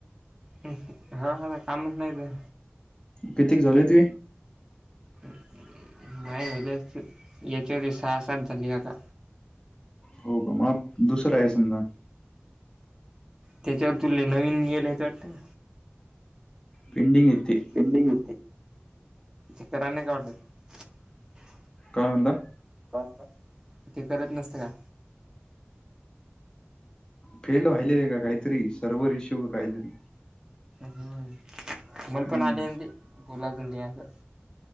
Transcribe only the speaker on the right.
ह ह हा हा कामच नाहीत तर.
माय झालं याच्यावर सहा, सात झाली का का?
त्याच्यावर तु नवीन येलच वाटतं.
पंडिंग चकने का. <unintelligible>
<unintelligible> ते करत नसतं का?
हम् मल पण
आले ते बोलाजून तें.